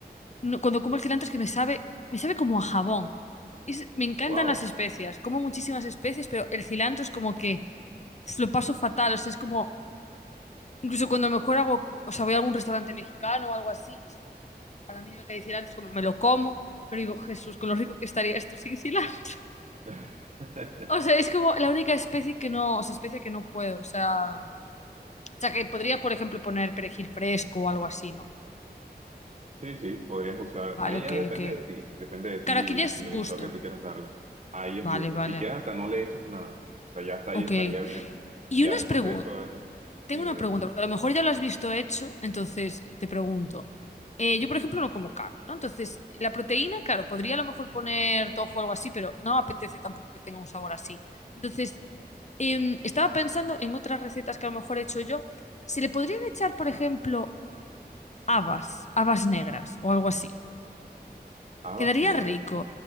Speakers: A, on the left; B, on the right.
A: no- cuando como el cilantro es que me sabe, me sabe como a jabón. Es- me encantan
B: wow.
A: las especias, como muchísimas especias, pero el cilantro es como que uf, lo paso fatal, o sea, es como, incluso cuando a lo mejor hago, o sea, voy a algún restaurante mexicano o algo así, y es como, a la mínima que hay cilantro, es como, me lo como, pero digo, Jesús, con lo rico que estaría esto sin <laughs> cilantro.
B: <laughs>
A: O sea, es como la única especie que no, o sea, especie que no puedo. O sea, o sea, que podría, por ejemplo, poner perejil fresco o algo así, ¿no?
B: Sí, sí, podrías usar.
A: Vale,
B: Ahí
A: ok,
B: ya depende
A: ok.
B: de ti, depende de ti
A: Claro, aquí ya es
B: el
A: gusto.
B: sabor que tú quieras darle. Ahí
A: Vale,
B: es gusto.
A: vale.
B: Si quieres hasta no le echas nada. O sea, ya hasta
A: Ok.
B: ahí estaría bien.
A: Y
B: Y ya
A: unas
B: después
A: preguntas.
B: de eso es,
A: Tengo
B: dime,
A: una
B: dime.
A: pregunta, porque a lo mejor ya lo has visto hecho, entonces te pregunto. Eh, yo, por ejemplo, no como carne, ¿no? Entonces, la proteína, claro, podría a lo mejor poner tofu o algo así, pero no apetece tampoco que tenga un sabor así. Entonces, em, estaba pensando en otras recetas que a lo mejor he hecho yo. ¿Se le podrían echar, por ejemplo, habas, habas negras o algo así?
B: Habas
A: ¿Quedaría
B: negras.
A: rico?